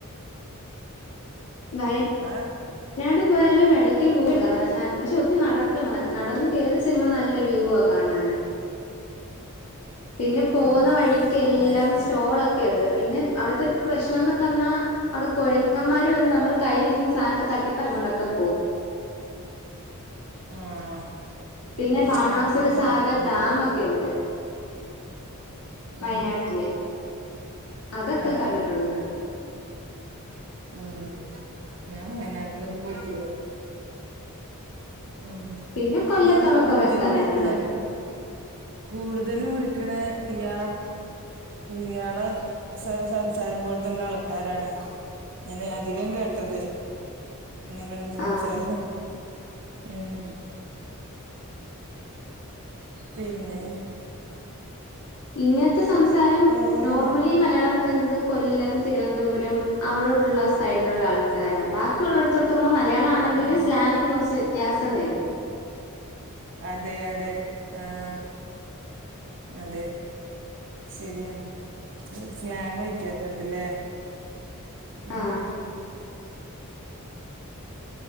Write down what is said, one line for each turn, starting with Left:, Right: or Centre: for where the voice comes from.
Right: <unintelligible>
Left: വയ നാട് പോയാലും <unintelligible> പക്ഷേ ഒത്തിരി നടക്കണം നടന്ന് കേറി ചെല്ലുമ്പോൾ നല്ല വ്യൂ ആ കാണാന്. പിന്നെ പോവുന്ന
Right: ഉം
Left: വഴിക്കെല്ലാം
Right: വയനാട്
Left: സ്റ്റോളൊക്കെ ഉണ്ട് പിന്നെ അവിടത്തെ ഒരു പ്രശ്നന്ന് പറഞ്ഞാ അവിടെ കുരങ്ങന്മാര് വന്ന് നമ്മളെ കയ്യിലിരിക്കുന്ന സാനൊക്കെ ത ണ്ടൊക്കെ പോവും.
Right: ആഹ്
Left: പിന്നെ
Right: അത്
Left: ബാണാസുര
Right: ഫോണില്
Left: സാഗർ
Right: കാണലുണ്ടല്ലോ
Left: ഡാം ഒക്കെയുണ്ട് വയനാട്ടില്.
Right: ഉം
Left: അതൊക്കെ
Right: ആഹ്
Left: കണ്ടിട്ടുണ്ട്
Right: ഉം ഞാൻ വയനാട്ടിലൊന്നും പോയിട്ടില്ല. ഉം
Left: പിന്നെ കൊല്ലത്തുള്ള
Right: ഞാന് കൂടുതല്
Left: കൊറേ സ്ഥലങ്ങള്
Right: വിളിക്കണോല്ലേ കൂടുതലും വിളിക്കണ ഇയാളെ ഇയാളെ സംസാരം പോലത്തുള്ള ആൾക്കാരാണ് ഞാന് അധികം കേട്ടത്. ഇങ്ങനെയുള്ള സംസാര
Left: ആഹ്
Right: ഉം പിന്നെ
Left: ഇങ്ങനത്തെ സംസാരം
Right: വേറെത്
Left: നോർമലി മലയാളം പറയുന്നത് കൊല്ലം തിരുവനന്തപുരം അവിടോട്ടുള്ള സൈഡിലുള്ള ആൾക്കാരാ
Right: ആഹ്
Left: ബാക്കിയുള്ളടത്തോട്ട് പോവുമ്പോ മലയാളം ആണെങ്കിലും
Right: ആഹ്
Left: സ്ലാങ്ങിന് കുറച്ച് വ്യത്യാസം വരും.
Right: അതെ അതെ ആഹ് അതെ ശരിയാണ് സ്ലാങ് വ്യത്യാസുണ്ടലെ? ഉം.
Left: ആഹ്